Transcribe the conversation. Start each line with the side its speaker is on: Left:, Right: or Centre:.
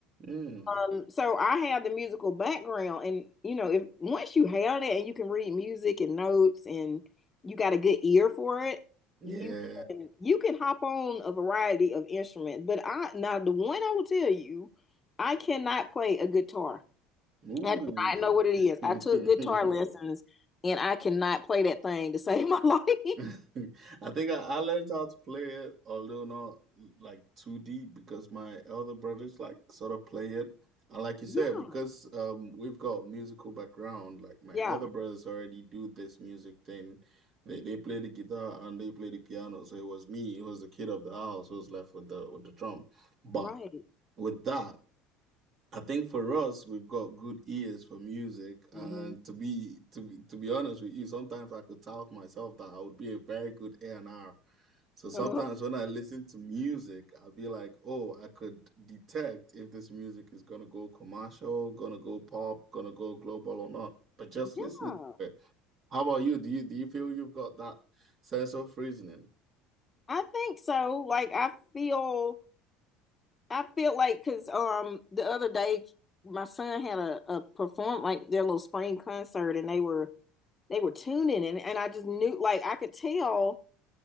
Right: Mm.
Left: Um, so I have the musical background, and you know, if once you have that and you can read music and notes, and you got a good ear for it,
Right: Yeah.
Left: you can you can hop on a variety of instruments. But I now the one I will tell you, I cannot play a guitar.
Right: Ooh.
Left: I do not know what it is.
Right: <laughs>
Left: I took guitar lessons, and I cannot play that thing to save my <laughs> life.
Right: <laughs> I think I, I learned how to play it, although not like too deep, because my elder brothers like sort of play it. And like you said,
Left: Yeah,
Right: because um we've got musical background, like my
Left: yeah,
Right: elder brothers already do this music thing. They they play the guitar and they play the piano. So it was me, who was the kid of the house, who was left with the with the drum. But
Left: right.
Right: with that, I think for us, we've got good ears for music, and
Left: hmm
Right: to be to to be honest with you, sometimes I could tell myself that I would be a very good A&R. So sometimes
Left: Uh-huh.
Right: when I listen to music, I'll be like, oh, I could detect if this music is gonna go commercial, gonna go pop, gonna go global or not. But just
Left: Yeah,
Right: listening to it. How about you? Do you do you feel you've got that sense of reasoning?
Left: I think so. Like I feel. I feel like because um the other day my son had a, a perform like their little spring concert and they were they were tuning and and I just knew like I could tell